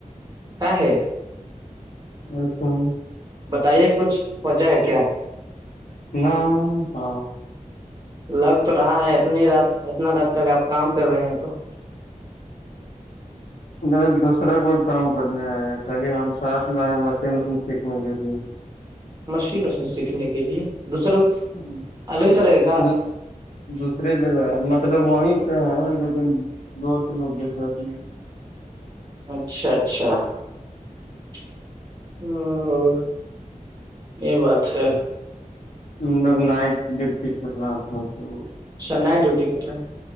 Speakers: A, on the right; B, on the left.
A: کا ہے <inaudible>
B: اچھا <unintelligible>
A: بتائیے کچھ وجہ ہے کیا <unintelligible>
B: نہ <inaudible>
A: لگ تو رہا ہے اتنی رات اتنا رات تک آپ کام کر رہے ہیں تو <unintelligible>
B: ب دوسرا کوئی کام کرنے آ ہے خالی ہم ساتھ میں آئے مشین وشین سیکھنے کے بھیے
A: مشین اس نے سیکھنے کے لیے دوسرا
B: ہوں
A: الگ ہی چلے گا کیا
B: ب <unintelligible> دوسرے جگہ ہے مطلب وہیں پہ ہیں لیکن دوست لوگ جسے اپ نہیں
A: اچھا اچھا اور <unintelligible>
B: جچھ <inaudible>
A: یہ بات ہے <unintelligible>
B: ت لوگ نائٹ ڈیوٹی کرل رہا تھا تو
A: اچھا نائٹ ڈیوٹی کر رہے ہیں